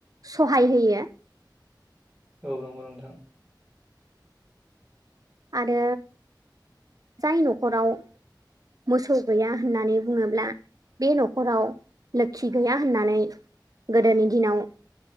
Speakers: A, on the right (about 50°); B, in the centre.
A: सहाय होयो।
B: औ नंगौ नोंथां।
A: आरो जाय न'खराव मोसौ गैया होननानै। बुङोब्ला बे न'खराव लोखि गैया होननानै। गोदोनि दिनाव।